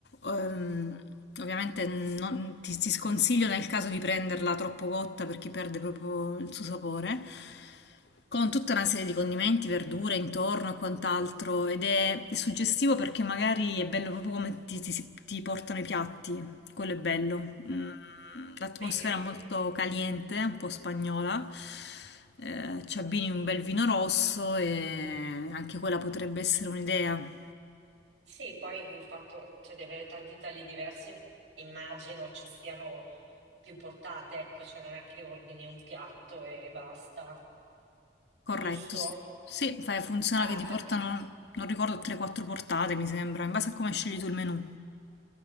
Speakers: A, on the left; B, on the right.
A: Ehm, ovviamente non- ti, ti sconsiglio nel caso di prenderla troppo cotta perché perde proprio il suo sapore, con tutta una serie di condimenti, verdure intorno e quant'altro, ed è, è suggestivo perché magari è bello proprio come ti, ti si- ti portano i piatti, quello è bello. Mm, L'atmosfera
B: Sì.
A: è molto caliente, un po' spagnola. Eh, ci abbini un bel vino rosso e anche quella potrebbe essere un'idea.
B: Sì, poi il fatto, cioè, di avere tanti tagli diversi, immagino ci siano più portate, ecco, cioè non è che ordini un piatto e basta,
A: Corretto.
B: giusto?
A: Sì, Sì, fai- funziona
B: Eh,
A: che ti portano,
B: perché
A: non ricordo, 3-4 portate, mi sembra, in base a come scegli tu il menù.